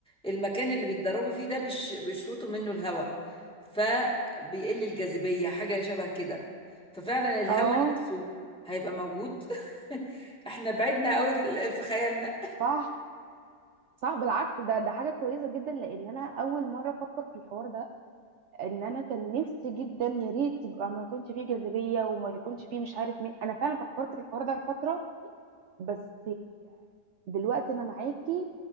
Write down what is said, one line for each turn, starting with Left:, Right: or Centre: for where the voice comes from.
Centre: المكان اللي بيتدربوا فيه ده بيش- بيشفطوا منه الهواء فبيقل الجاذبيه حاجه شبه كده ففعلا الهواء
Right: اه
Centre: نفسه هيبقى موجود <laughs> احنا بعدنا قوي في ال- في خيالنا
Right: صح صح بالعكس ده ده حاجه كويسه جدا لان انا اول مره افكر في الحوار ده ان انا كان نفسي جدا يا ريت يبقى ما يكونش فيه جاذبيه وما يكونش فيه مش عارف مين انا فعلا فكرت في الحوار ده لفتره بس دلوقتي انا معاكي